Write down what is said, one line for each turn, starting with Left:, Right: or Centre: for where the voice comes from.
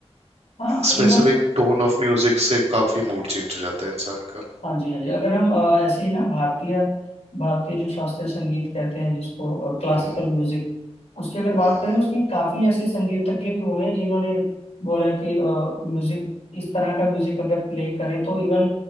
Left: हाँ
Right: स्पेसिफिक
Left: इवन
Right: टोन ऑफ म्यूजिक से काफी मूड चेंज हो जाता है इंसान का
Left: हाँ जी हाँ जी अगर हम अ, ऐसे ही ना भारतीय भारतीय जो शास्त्रीय संगीत कहते हैं जिसको क्लासिकल
Right: हम्म
Left: म्यूजिक उसकी अगर बात
Right: हम्म
Left: करें उसमें काफी ऐसे संगीतज्ञ भी हुए हैं जिन्होंने बोला कि म्यूजिक इस तरह का म्यूजिक अगर प्ले करें तो इवन